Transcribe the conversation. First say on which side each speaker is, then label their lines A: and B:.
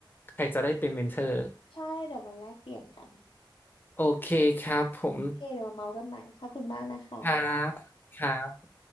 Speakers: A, on the left; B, on the left.
A: ใครจะได้เป็นเมนเทอร์
B: ใช่ เดี๋ยวมันแลกเปลี่ยนกัน
A: โอเคครับผม
B: โอเคเดี๋ยวมาเมาส์กันใหม่ขอบคุณมากนะคะ
A: ครับครับ